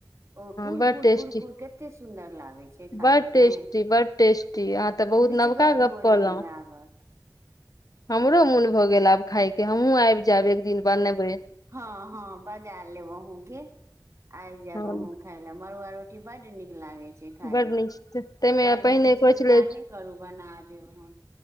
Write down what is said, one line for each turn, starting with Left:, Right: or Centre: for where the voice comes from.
Right: ओ कुरकुर
Left: बड़ टेस्टी
Right: कुरकुर कते सुंदर लागै छै खाय
Left: बड़
Right: मे
Left: टेस्टी बड़ टेस्टी अहाँ तऽ बहुत
Right: रुचिगर
Left: नवका गप
Right: भोजन
Left: कहलहुँ
Right: लागत
Left: हमरो मुन भऽ गेल आब खायके हमहु आब जायब एक दिन ब नबय
Right: हँ हँ बजा लेब अहुंके आबि जाएब
Left: हँ
Right: अहुं खाय ल मरुआ रोटी बड निक लागै खायमे
Left: बड नीक ताहिमे
Right: कहली
Left: पहिने
Right: तू चिन्ता
Left: कहै छलै
Right: नहि करू बना देब हम